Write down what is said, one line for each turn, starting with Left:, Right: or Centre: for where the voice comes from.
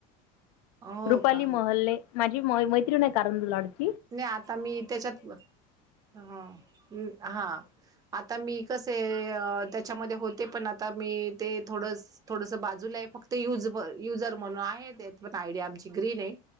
Right: हो
Left: रुपाली
Right: का
Left: महल्ले माझी म मैत्रीणी कारण लढते
Right: नाही आता मी त्याच्यात ह हा. आता मी कसे त्याच्यामध्ये होते. पण आता मी ते थोडं थोडस बाजूला आहे. फक्त युज युजर म्हणून आहे. पण आयडिया आमची ग्रीन आहे.